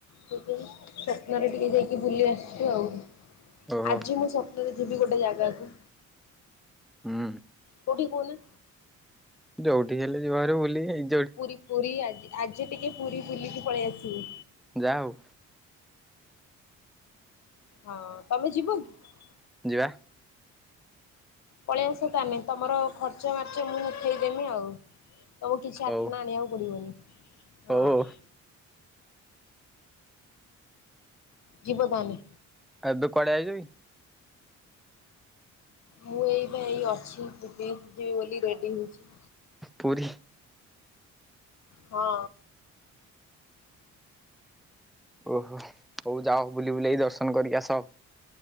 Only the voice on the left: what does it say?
ସେଇଥିଆଇଁ ସ୍ୱପ୍ନରେ ଟିକେ ଯାଇକି ବୁଲି ଆସିଛୁ ଆଉ।
ଆଜି ମୁଁ ସକ ରେ ଯିବି ଗୋଟେ ଯାଗାକୁ।
କଉଠିକି କହୁନା?
ପୁରୀ ପୁରୀ ଆଜି । ଆଜି ଟିକେ ପୁରୀ ବୁଲିକି ପଳେଇ ଆସିବି।
ହଁ ତମେ ଯିବ କି?
ପଳେଇ ଆସ ତାମେ, ତମର ଖର୍ଚ୍ଚ ମାର୍ଚ୍ଚ ମୁଁ ଉଠେଇଦେମି ଆଉ । ତମକୁ କିଛି
ଆଠଣା ଆଣିବାକୁ ପଡିବନି ।
ହଁ।
ଜୀବଦାନେ।
ମୁଁ ଏଇପା ଏଇ ଅଶ୍ୱିନୀ ଯିବି । ଯିବି ବୋଲି ରେଡି ହଉଛି।
ହଁ।